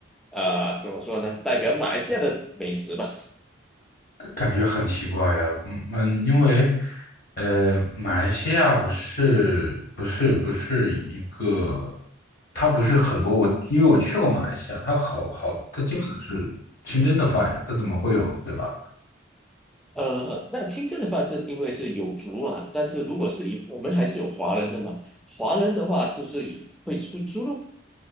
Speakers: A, in the centre; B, on the left.
A: 呃怎么说呢？代表马来西亚的美食吧。
B: 感觉很奇怪呀，嗯嗯，因为呃，马来西亚不是不是不是一个，它不是很多我，因为我去过马来西亚，它好好，它基本都是清真的饭呀，它怎么会有，对吧？
A: 呃，那清蒸的方式因为是有族啊，但是如果是以我们还是有华人的嘛，华人的话就是以会出猪肉，